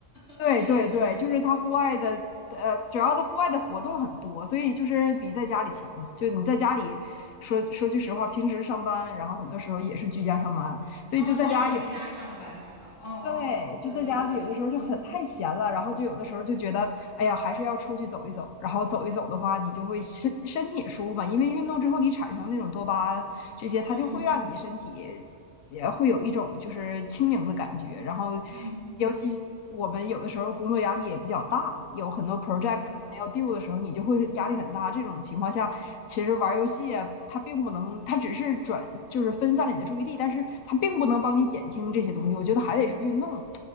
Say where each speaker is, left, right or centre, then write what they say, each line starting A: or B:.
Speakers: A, on the left; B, on the left.
A: <laughs>
B: 对对对，
A: 嗯。
B: 就是他户外的，呃，主要的户外的活动很多，所以就是比在家里强嘛。就你在家里说说句实话，平时上班，然后很多时候也是居家上班，所以就在家也
A: 哦，你也是居家上班是吧？哦哦哦，
B: 对，就在家里有的时候就很太闲了，
A: 对对对，嗯
B: 然后就有的时候就觉得，哎呀，还是要出去走一走。然后走一走的话，你就会身身体也舒服嘛，因为运动之后你产生那种多巴胺这些，它就会让你身体也会有一种就是轻盈的感觉。
A: 嗯
B: 然后，
A: 嗯，
B: 尤其我们有的时候工作压力也比较大，有很多 project
A: 对
B: 要 d o 的时候，你就会压力很大。这种情况下，其实玩游戏啊，它并不能，它只是转就是分散了你的注意力，但是它并不能帮你减轻这些东西。我觉得还得是运动。